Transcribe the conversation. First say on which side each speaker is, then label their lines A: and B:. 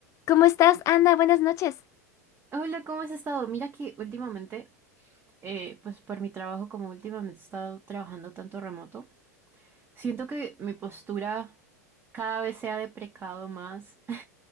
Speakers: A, on the left; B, on the right.
A: ¿Cómo estás, Ana? Buenas noches.
B: Hola, ¿cómo has estado? Mira que últimamente, eh, pues por mi trabajo, como últimamente he estado trabajando tanto remoto, siento que mi postura cada vez se ha deprecado más. <laughs>